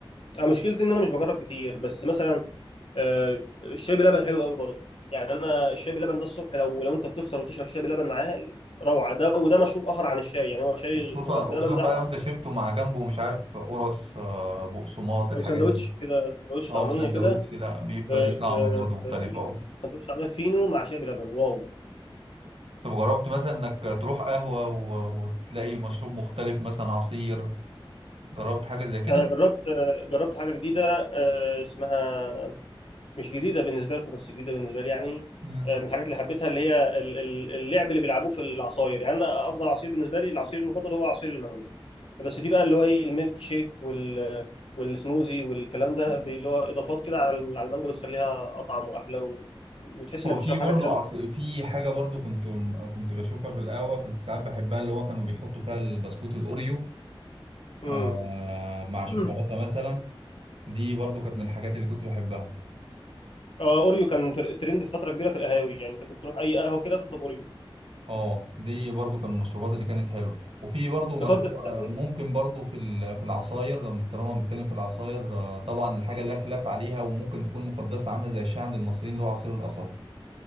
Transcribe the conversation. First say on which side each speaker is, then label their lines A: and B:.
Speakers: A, on the left; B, on the right.
A: آه مشكلتي ان انا مش بجرب كتير بس مثلا آه الشاي بلبن حلو قوي برضه يعني انا الشاي بلبن ده الصبح لو لو انت بتفطر وتشرب شاي بلبن معاه روعه ده وده مشروب اخر عن الشاي يعني هو شاي
B: وخصوصا
A: ول-
B: وخصوصا
A: بلبن ده
B: بقى لو
A: مشروب
B: انت شربته
A: آخر.
B: مع جنبه مش عارف قرص آه، بقسماط الحاجات
A: او سندوتش
B: دي
A: كده سندوتش
B: او
A: طعميه
B: سندوتش
A: كده
B: لا بيبقى
A: في
B: ليه طعم
A: في-
B: برضه مختلف
A: في فينو
B: اه
A: سندوتش طعميه فينو مع شاي بلبن واو
B: طب جربت مثلا انك تروح قهوة و... وتلاقي مشروب مختلف مثلا عصير جربت حاجة زي كده
A: انا جربت آه، جربت حاجه جديده آه، اسمها مش جديده بالنسبه لكم بس جديده بالنسبه لي يعني
B: مم.
A: آه، من الحاجات اللي حبيتها اللي هي ال- ال- اللعب اللي بيلعبوه في العصاير يعني انا افضل عصير بالنسبه لي العصير المفضل هو عصير المانجا بس في بقى اللي هو ايه الميلك شيك وال والسموزي والكلام ده بي- اللي هو اضافات كده على الم- على المانجا بتخليها اطعم واحلى و... وتحس
B: هو
A: انك بتشرب
B: في برضه
A: حاجه كده بتفوقك
B: عصير في حاجة برضه كنت كنت بشوفها في القهوة كنت ساعات بحبها اللي هو كانوا بيحطوا فيها البسكوت الأوريو
A: امم
B: آه مع شوكولاتة
A: أمم.
B: مثلا دي برضه كانت من الحاجات اللي كنت بحبها
A: <clears throat> آه اوريو كان تر- ترند في فتره كبيره في القهاوي يعني انت كنت تروح اي قهوه كده تطلب اوريو
B: اه دي برضو كان من المشروبات اللي كانت حلوه وفي برضو مشروب
A: في فتره الثانوي
B: آه، ممكن برضو في ال- في العصاير لما طالما بنتكلم في العصاير آه، طبعا الحاجه
A: أمم.
B: لا خلاف عليها وممكن تكون مقدسه عامله زي الشاي عند المصريين اللي هو عصير القصب